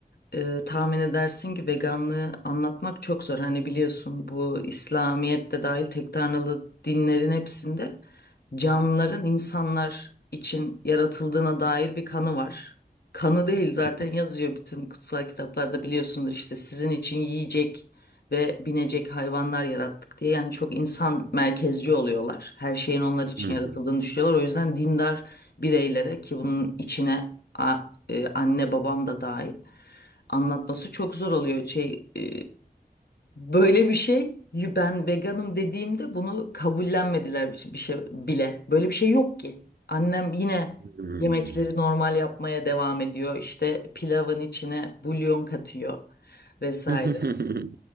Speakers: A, on the left; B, on the right.
A: e, tahmin edersin ki veganlığı anlatmak çok zor. Hani biliyorsun bu İslamiyet de dahil tek tanrılı dinlerin hepsinde canlıların insanlar için yaratıldığına dair bir kanı var. Kanı değil zaten
B: Hı
A: yazıyor bütün kutsal kitaplarda biliyorsundur işte sizin için yiyecek ve binecek hayvanlar yarattık diye. Yani çok insan merkezci oluyorlar. Her şeyin onlar için
B: hı.
A: yaratıldığını düşünüyorlar. O yüzden dindar bireylere ki bunun içine a- e, anne babam da dahil anlatması çok zor oluyor. Şey, e, böyle bir şey "Yu, ben veganım dediğimde bunu kabullenmediler bir şey, bir şey bile. Böyle bir şey yok ki. Annem yine
B: Hı hı.
A: yemekleri normal yapmaya devam ediyor. İşte pilavın içine bulyon katıyor vesaire.
B: Hı. <laughs>